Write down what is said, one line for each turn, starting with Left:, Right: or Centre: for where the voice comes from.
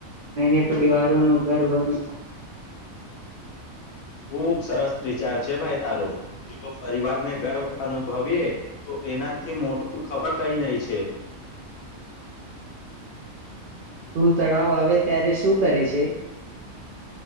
Right: અનેને પરિવારો નુ ઘર બનવ
Left: ખૂબ સરસ વિચાર છે ભાઈ તારો જો પરિવારને ગર્વ અનુભવીએ તો એનાથી મોટું ખબર કઈ નહી છે.
Right: તું તણાવ આવે ત્યારે શું કરે છે.